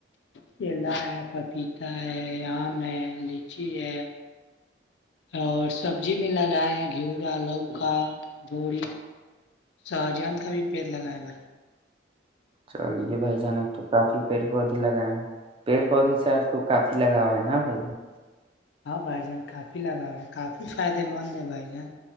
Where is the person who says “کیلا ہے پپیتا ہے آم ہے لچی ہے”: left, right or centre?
Left